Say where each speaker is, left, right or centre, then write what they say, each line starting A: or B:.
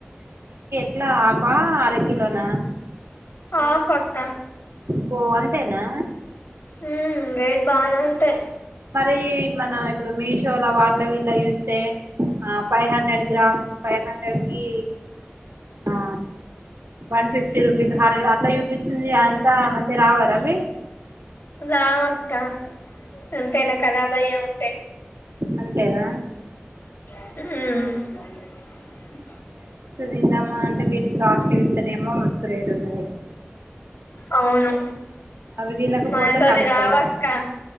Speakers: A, on the right (about 75°); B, on the left (about 65°).
A: కిలా అబా అర కిలో నా
B: ఆఫ్ అక్క
A: ఆబో అంతేనా
B: మ్ రేట్ బానే ఉంటాయి.
A: మరి మన ఇప్పుడు మీషోల వార్ల విళ్ళ యూస్ తే ఆ five hundred gram five hundred కి, ఆ వన్ ఫిఫ్టీ రూపీస్ హరరు అట్ల యుపిస్సుంది, అంతా మంచిగా రావా ర అవి
B: రామక్క అంతేనా ఖరాబయ్యె ఉంటయ్.
A: అంతేనా
B: హు <unintelligible>
A: దిందామ అంటే వి ఇది కాస్టి విత్తనేమో మస్తు రేటున్నది.
B: అవును
A: నవి తినకపోతే
B: మనతోని
A: నడుత్తలే,
B: కావక్క